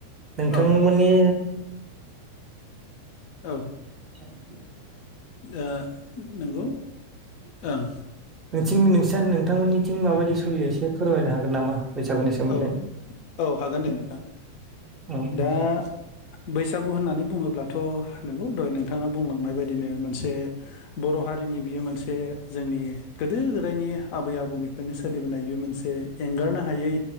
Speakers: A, on the right; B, on the left.
A: नोंथांमोननि
B: औ औ
A: जाबायलै
B: ओ नंगौ ओं।
A: नोंथिं नोंसा नोंथांमोननिथिं माबायदि सलियो एसे फोरमायनो हागोन नामा? बैसागुनि सोमोन्दै
B: औ औ हागोन दे नोंथां।
A: औ
B: दा
A: औ
B: बैसागु होननानै बुङोब्ला थ नंगौ दहय नोंथाङा बुंलांनाय बायदिनो मोनसे बर हारिनि बियो मोनसे जों नि गोदो गोदायनि आबै आबौनिफ्रायनो सोलिबोनाय बे मोनसे एंगारनो हायै